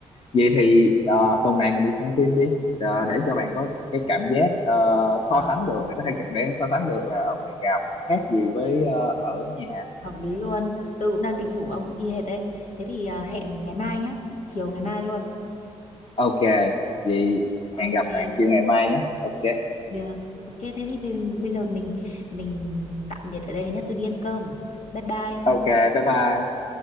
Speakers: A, on the left (about 50°); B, on the left (about 85°).
A: vậy thì à, tuần này mình đi xem phim đi à, để cho bạn có cái cảm giác ờ, so
B: Ờ.
A: sánh được bạn có thể để so sánh được là ở ngoài rạp nó khác gì với ờ, ở nhà
B: hợp lý luôn tôi cũng đang định rủ ông y hệt đấy thế thì à, hẹn ngày mai nhá chiều ngày mai luôn
A: ok vậy
B: ok
A: hẹn gặp bạn chiều ngày mai nhé ok
B: được ok thế thì bây bây giờ mình mình tạm biệt ở đây nhá tôi đi ăn cơm bye bye
A: ok bye bye